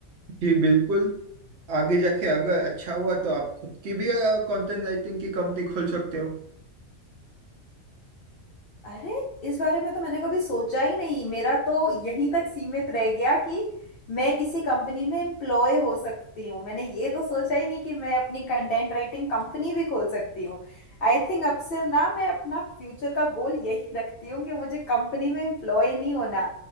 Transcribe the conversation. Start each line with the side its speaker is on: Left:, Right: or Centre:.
Right: जी बिल्कुल आगे जाके अगर अच्छा हुआ तो आप खुद की भी कंटेंट राइटिंग की कंपनी खोल सकते हो
Left: अरे इस बारे में तो मैंने कभी सोचा ही नहीं मेरा तो यहीं तक सीमित रह गया कि मैं किसी कंपनी में एम्प्लॉय हो सकती हूँ मैंने ये तो सोचा ही नहीं कि मैं अपनी कंटेंट राइटिंग कंपनी भी खोल सकती हूँ आई थिंक अब से ना मैं अपना फ्यूचर का गोल यही रखती हूँ कि मुझे कंपनी में एम्प्लॉय नहीं होना